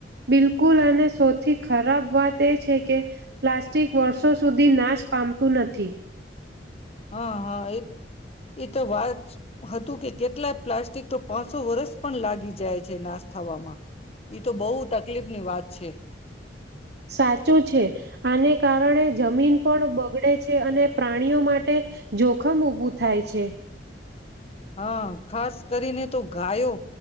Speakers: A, on the right (about 65°); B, on the left (about 35°).
A: બિલકુલ અને સૌથી ખરાબ વાત એ છે કે પ્લાસ્ટિક વર્ષો સુધી નાશ પામતું નથી
B: હા હા એ એ તો વાત હ તું કે કેટલાય પ્લાસ્ટિક તો પાંચસો વરસ પણ લાગી જાય છે નાસ્ થવામાં ઈ તો બોહ તકલીફ ની વાત છે
A: સાચું છે આને કારણે જમીન પણ બગડે છે અને પ્રાણીઓ માટે જોખમ ઉભું થાય છે
B: હા ખાસ કરીને તો ગાયો